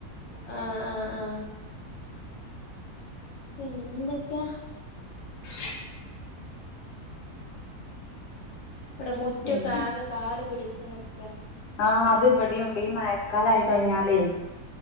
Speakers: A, on the left; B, on the left.
A: ആ ആ ആ പിന്നെന്തൊക്ക്യാ
B: <inaudible>
A: ഇവടെ മുറ്റൊക്കെ
B: പിന്നെ
A: ആകെ കാട് പിടിച്ച് നിക്ക
B: ആ അത് ഇവിടിംണ്ട് ഈ മയക്കാലായി കയ്ഞ്ഞാലേ